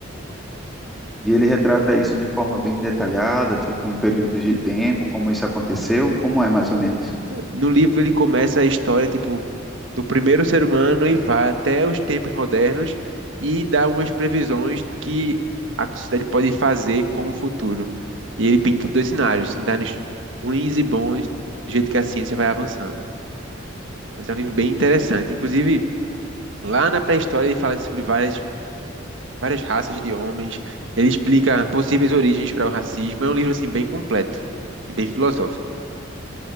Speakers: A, in the centre; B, on the right (about 70°).
A: E ele retrata isso de forma bem detalhada, tipo em períodos de tempo, como isso aconteceu, como é mais ou menos.
B: No livro ele começa a história tipo do primeiro ser humano e vai até os tempos modernos e dá algumas previsões do que a sociedade pode fazer com o futuro. E ele pinta dois cenários, cenários ruins e bons, do jeito que a ciência vai avançando. Mas é um livro bem interessante. Inclusive, lá na pré-história ele fala sobre várias várias raças de homens, ele explica possíveis origens para o racismo. É um livro assim bem completo e bem filosófico.